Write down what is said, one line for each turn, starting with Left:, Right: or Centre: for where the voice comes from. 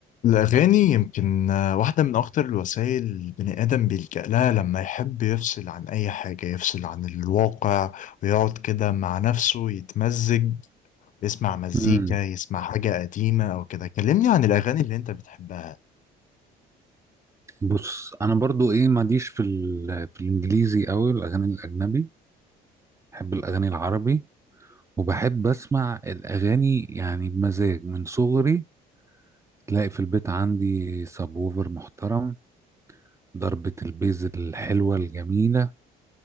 Left: الأغاني يمكن آه، واحدة من أخطر الوسائل البني آدم بيلجأ لها لما يحب يفصل عن أي حاجة يفصل عن الواقع ويقعد كده مع نفسه يتمزج يسمع مزيكا
Right: امم
Left: يسمع حاجة قديمة أو كده كلمني عن الأغاني اللي أنت بتحبها
Right: بص انا برضو ايه ماليش في ال... في الانجليزي قوي الاغاني الاجنبي بحب الاغاني العربي وبحب اسمع الاغاني يعني بمزاج من صغري تلاقي في البيت عندي سابوفر محترم ضربة البيز الحلوة الجميلة